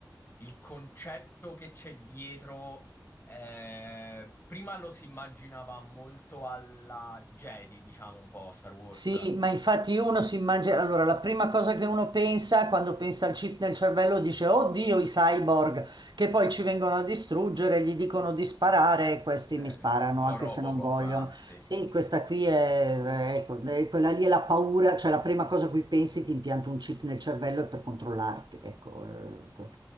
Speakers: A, on the left (about 30°); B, on the right (about 85°).
A: il concetto che c'è dietro, eh, prima lo si immaginava molto alla Jedi, diciamo un po' Star Wars,
B: Sì, ma infatti uno si immagina, allora la prima cosa che uno pensa quando pensa al chip nel cervello dice, oddio, i cyborg che poi ci vengono a distruggere, gli dicono di sparare e questi
A: eh,
B: mi sparano
A: un po'
B: anche
A: Robocop,
B: se non vogliono.
A: anzi.
B: Sì, questa qui è, eh, ecco, eh, quella lì è la paura, cioè la prima cosa a cui pensi ti impianto un chip nel cervello è per controllarti, ecco. eh, que-